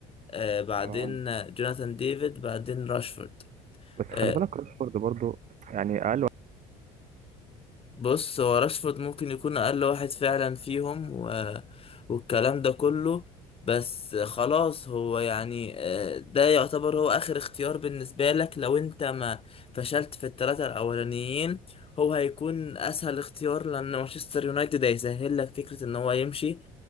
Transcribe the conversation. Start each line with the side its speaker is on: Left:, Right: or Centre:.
Left: آه بعدين
Right: تمام.
Left: آه، جوناثان ديفيد بعدين راشفورد
Right: بس خلي
Left: آه،
Right: بالك راشفورد برضو يعني اقل واحد.
Left: بص هو راشفورد ممكن يكون اقل واحد فعلا فيهم و... والكلام ده كله بس خلاص هو يعني آه، ده يعتبر هو اخر اختيار بالنسبة لك لو انت ما فشلت في الثلاثة الاولانيين هو هيكون اسهل اختيار لان مانشستر يونايتد هيسهل لك فكرة ان هو يمشي